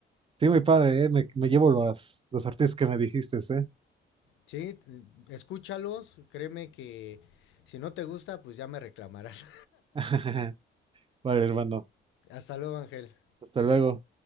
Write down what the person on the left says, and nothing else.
Sí, t- escúchalos, créeme que si no te gusta, pues ya me reclamarás.
<laughs> Hasta luego, Ángel.